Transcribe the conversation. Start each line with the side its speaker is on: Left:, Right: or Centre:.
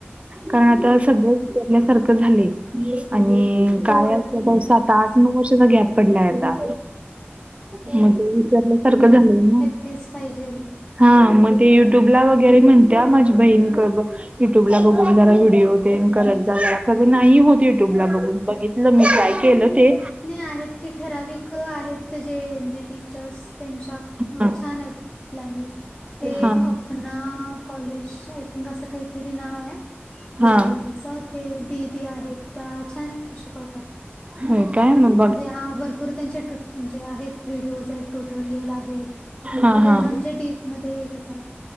Right: कारण आता
Left: हा
Right: सगळं
Left: हा
Right: विचारल्यासारखं झाले. आणि काय
Left: होय
Right: असत
Left: ते
Right: तर
Left: पण
Right: सात
Left: आहेच
Right: आठ नऊ वर्षाचा गॅप पडलाय आता म्हजे विचारल्यासारखं झालंय ना.
Left: तेच पाहिजे.
Right: हा मग ते युट्यूबला वगैरे म्हणते माझी बहीण युट्यूब ला बघून जरा व्हिडिओ देन करत जा जरा कधी नाही होत युट्यूबला बघून बघितलं. ल मलाय केलं ते
Left: नाही आहेत की ठराविक आहेत जे जे टीचर्स त्यांच्या हो
Right: हा
Left: छान आहे लँग्वेज ते
Right: हा
Left: आपना कॉलेज आय थिंक असं काहीतरी नाव आहे.
Right: हा
Left: चॅनलच ते दिदी आहेत त्या छान शिकवतात.
Right: हो काय म्हण.
Left: जे हा भरपूर त्यांचे जे आहेत व्हिडिओज आहेत ट्युटोरियल आहेत.
Right: हा
Left: पूर्णमच्या
Right: हा
Left: डीप मध्ये घेतात.